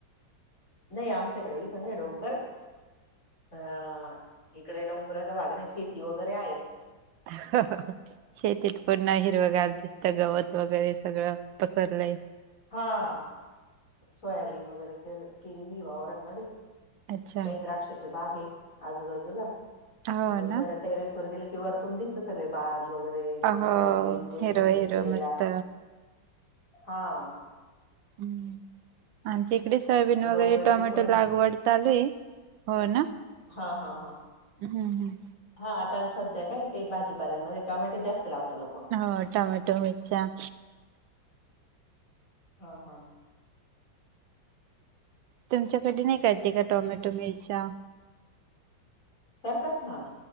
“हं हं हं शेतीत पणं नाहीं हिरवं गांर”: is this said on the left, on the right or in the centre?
Right